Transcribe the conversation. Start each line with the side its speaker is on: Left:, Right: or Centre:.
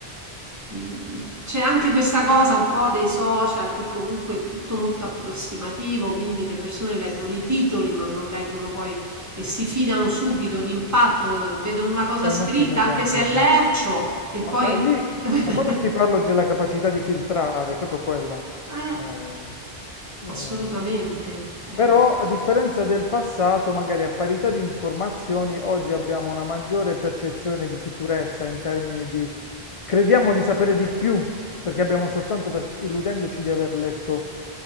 Right: Mm, C'è anche questa cosa un po' dei social che comunque è tutto molto approssimativo, quindi le persone leggono i titoli ma non leggono poi e si fidano subito d'impatto, vedono una cosa scritta
Left: un ottimo esempio.
Right: anche se è lercio e
Left: Ma,
Right: poi...
Left: ma lì,
Right: <laughs>
Left: ma quando ti parlo della capacità di filtrare, è proprio quella.
Right: Eh,
Left: Eh, eh,
Right: assolutamente. eh.
Left: Però, a differenza del passato, magari a parità di informazioni, oggi abbiamo una maggiore percezione di sicurezza in termini di crediamo di sapere di più, perché abbiamo soltanto per- illudendoci di aver letto